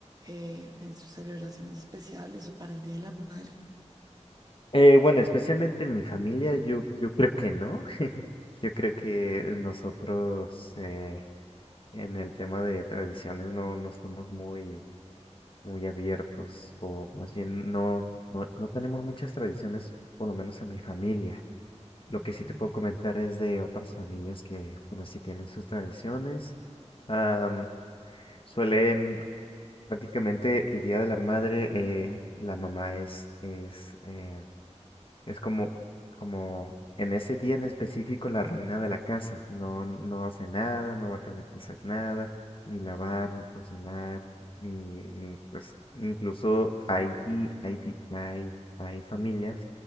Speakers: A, on the right; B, on the left.
A: eh, en sus celebraciones especiales o para el Día de la Madre?
B: Eh, bueno, especialmente en mi familia, yo, yo creo que no. <laughs> Yo creo que nosotros, eh, En el tema de tradiciones no, no estamos muy, muy abiertos, o más bien no, no, no tenemos muchas tradiciones, por lo menos en mi familia. Lo
A: Ujú,
B: que sí te puedo comentar es de otras familias que, bueno, sí tienen sus tradiciones. Am, suelen prácticamente el Día de la Madre, eh, la mamá es, es eh, es como, como en ese día en específico la reina de la casa no, no hace nada, no va a tener que hacer nada, ni lavar, ni cocinar, ni, ni, pues incluso hay, di- hay, di- hay, hay familias